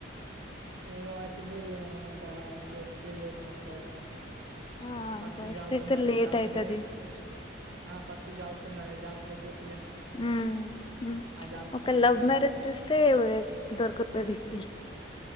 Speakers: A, on the right; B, on the left.
A: ఇంకా మా చిన్న ఏజే అంత అంతే ఇప్పుడేయ్యరు మాకు బాయిస్కి
B: ఆ
A: ఫస్ట్
B: వయసుకైతే
A: జాబ్స్ ఉండాలి
B: లేట్
A: జాబ్స్
B: అయితది
A: ఉంటనే ఆ ఫస్ట్ జాక్స్ ఉండాలా జాక్స్ లేపోతే ప్
B: మ్ హు
A: జాబ్స్
B: ఒక
A: మనకి
B: లవ్
A: ఇప్పుడే
B: మ్యారేజ్
A: రావు
B: చేస్తే దొరుకుతది పిల్